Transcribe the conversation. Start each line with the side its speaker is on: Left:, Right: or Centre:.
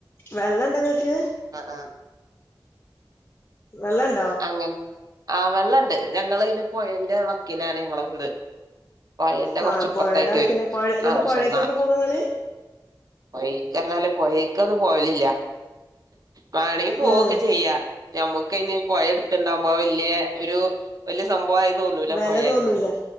Left: വെള്ളണ്ട ങ്ങക്ക്
Right: അഹ് ആഹ്
Left: വെള്ളൺ
Right: അങ്ങെൻ ആഹ് വെള്ളണ്ട് ഞങ്ങള് അയ്ന് പൊഴന്റെ വക്കിനാണ് ഞങ്ങളെ വീട് പോഴന്റെ
Left: ആ
Right: കൊറച്ച് ഇപ്പർത്തായിട്ട്
Left: പൊഴടക്കിനെ
Right: വെരും
Left: പൊഴ ഇങ്ങട്ട്
Right: ആഹ് പക്ഷെ
Left: പൊഴേക്കൊക്കെ
Right: ന്നാ
Left: പോകും ഇങ്ങള്
Right: പോഴീക്ക് അർഞ്ഞാല് പോഴീക്കൊന്നും പോവലില്ല വാണെങ്ങി പോവൊക്കെ
Left: ഉം
Right: ചെയ്യാ ഞമ്മക്കയ്ന് പൊഴ അട്ത്ത്ണ്ടാവുമ്പൊ അഹ് വെല്ല്യേ ഒരു വല്യ സംഭവാമായി തോന്നൂല
Left: വെല
Right: പൊഴെന്നും
Left: തോന്നൂല